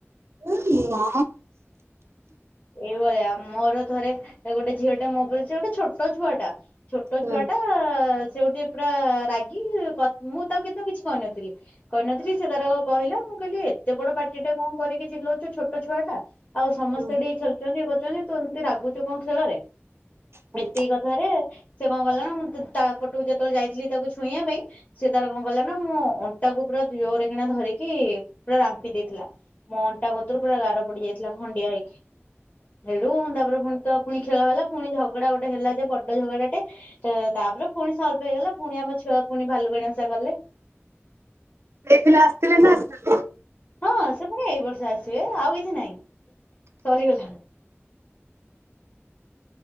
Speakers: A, on the right (about 65°); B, on the left (about 35°).
A: ହେ ନା
B: ସେଇଭଳିଆ ମୋର ଥରେ ଗୋଟେ ଝିଅ ଟା ମୋ ଉପରେ ସେ ଗୋଟେ ଛୋଟ ଛୁଆ ଟା ଛୋଟ
A: ହୁଁ
B: ଛୁଆ ଟା। ସେ ଗୋଟେ ପୁରା ରାଗି ମୁଁ ତାକୁ କିନ୍ତୁ କିଛି କହିନଥିଲି। କହିନଥିଲି ସେ ତାର କହିଲା ମୁଁ କହିଲି ଏତେ ବଡ ପାଟି ଟା କଣ କରିକି ଚିଲଉଛୁ, ଛୋଟ ଛୁଆ ଟା ଆଉସମ
A: ହୁଁ
B: ସେ ଟିକେ ଖେଳୁଛନ୍ତି। ଇଏ କରୁଛନ୍ତି ତୁ ଏମତି ରାଗୁଛୁ କଣ ଖେଳରେ
A: ହୁଁ।
B: ଏତିକି କଥାରେ ସେ କଣ କଲା ନା ମୁଁ ତା ପଟକୁ ଯେତେବେଳେ ଯାଇଥିଲି। ତାକୁ ଛୁଇଁବା ପାଇଁ ସେ ତାର କଣ କଲା ନା ମୁଁ ଅଣ୍ଟାକୁ ପୁରା ଜୋରେ କିଣା ଧରିକି ପୁରା ରାମ୍ପି ଦେଇଥିଲା। ମୋ ଅଣ୍ଟା ଗତରୁ ପୁରା ଗାର ପଡି ଯାଇଥିଲା ଖଣ୍ଡିଆ ହେଇକି ହେଳୁ ତାପର ପୁଣି ତ ପୁଣି ଖେଳ ହେଲା ପୁଣି ଝଗଡା ଗୋଟେ ହେଲା, ଯେ ବଡ ଝଗଡାଟେ ତ ତାପରେ ପୁଣି ସଲଭ୍ ହେଇଗଲା ପୁଣି ଆମ ଛୁଆ ପୁଣି ଭାଲୁଗାଣି ଓସା କଲେ।
A: ଏଥିିଲ ଆସଥିଲେ ନ
B: ହଁ ସେ ପୁଣି ଏଇ ବର୍ଷ ଆସିବେ ଆଉ କିଛି ନାହିଁ ସରିଗଲା।